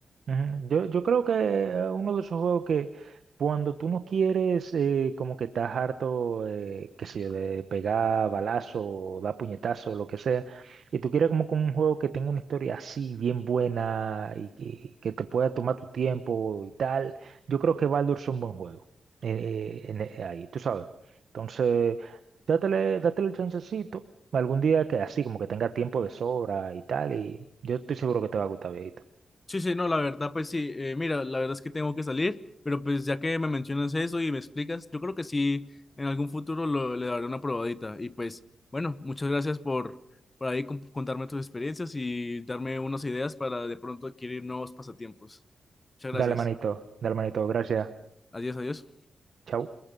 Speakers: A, on the right; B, on the left.
A: Ujú. Yo, yo creo que eh, uno de esos juegos que cuando tú no quieres, eh, como que estás harto, eh, qué sé yo, de pegar balazo o dar puñetazo, lo que sea, y tú quieres como que un juego que tenga una historia así, bien buena y que, que te pueda tomar tu tiempo y tal, yo creo que Baldur es un buen juego. eh, eh, en- eh, ahí, tú sabes. Entonces, dátele, dátele el chancecito algún día que así, como que tenga tiempo de sobra y tal, y yo estoy seguro que te va a gustar, viejito.
B: Sí, sí, no, la verdad, pues sí, eh, mira, la verdad es que tengo que salir, pero pues ya que me mencionas eso y me explicas, yo creo que sí, en algún futuro lo- le daré una probadita. Y pues, bueno, muchas gracias por, por ahí con- contarme tus experiencias y darme unas ideas para de pronto adquirir nuevos pasatiempos. Muchas
A: Dale,
B: gracias.
A: manito, dale, manito, gracias.
B: Adiós, adiós.
A: Chau.